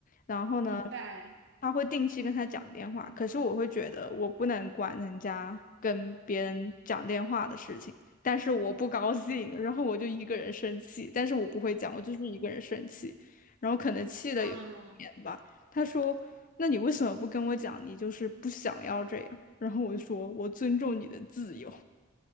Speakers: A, on the left (about 40°); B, on the right (about 60°).
A: 然后呢，
B: 明白，
A: 他会定期跟他讲电话，可是我会觉得我不能管人家跟别人讲电话的事情，但是我不高兴，然后我就一个人生气，但是我不会讲，我就是一个人生气，然后可能气的有一点吧，
B: 嗯，
A: 他说。那你为什么不跟我讲？你就是不想要这样？然后我就说，我尊重你的自由。